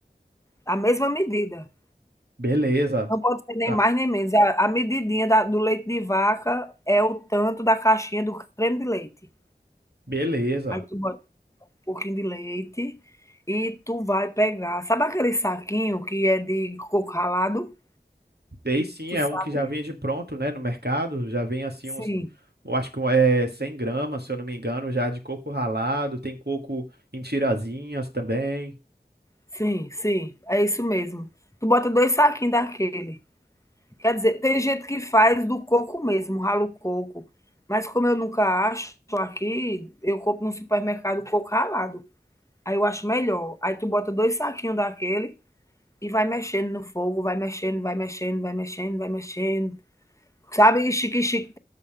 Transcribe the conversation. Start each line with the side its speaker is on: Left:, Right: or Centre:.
Left: a mesma medida.
Right: Beleza.
Left: Não pode ser nem
Right: Tá.
Left: mais nem menos. A, a medidinha da- do leite de vaca é o tanto da caixinha do creme de leite.
Right: Beleza.
Left: Aí tu bota um pouquinho de leite e tu vai pegar. Sabe aquele saquinho que é de coco ralado?
Right: Sei sim,
Left: Tu
Right: é
Left: sabe?
Right: um que já vende pronto, né, no mercado. Já vem assim
Left: Sim.
Right: uns, eu acho que um, é 100 gramas, se eu não me engano, já de coco ralado. Tem coco em tirazinhas também.
Left: Sim, sim, é isso mesmo. Tu bota 2 saquinhos daquele. Quer dizer, tem gente que faz do coco mesmo, rala o coco. Mas como eu nunca acho aqui, eu compro no supermercado coco ralado. Aí eu acho melhor. Aí tu bota 2 saquinhos daquele e vai mexendo no fogo, vai mexendo, vai mexendo, vai mexendo, vai mexendo. Sabe, chique-chique,